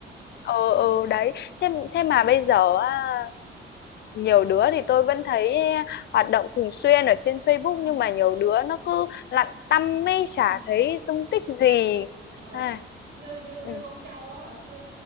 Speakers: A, on the left; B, on the right.
A: ừ
B: ừ
A: ừ đấy thế thế mà bây giờ á, nhiều đứa thì tôi vẫn thấy hoạt động thường xuyên ở trên Facebook
B: ừ
A: nhưng mà nhiều đứa nó cứ lặn tăm mê chả
B: ừ
A: thấy tung tích gì
B: ừ
A: à,
B: như như như
A: ừ
B: con trâu á hồi xưa